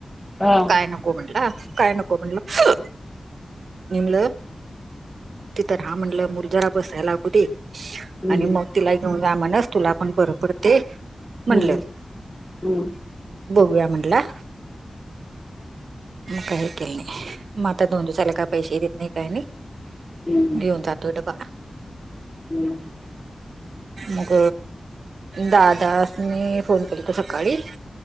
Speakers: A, in the centre; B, on the right.
A: हा.
B: काय नको म्हटलं काय नको म्हटलं म्हणलं <unintelligible> रा म्हणलं मुल जरा बसायला लागू दे
A: हम्म
B: आणि मग तिला ही घेऊन जा माणस तुला पण बर पडतं
A: हम्म
B: म्हणलं
A: हम्म
B: बघूया म्हटलं मग काही केलं नाही मग आता दोन दिवसाला काय पैसे देत नाही काय नाही
A: हम्म
B: घेऊन जात तो डब्बा.
A: हम्म.
B: मग दादास्नी फोन केलता सकाळी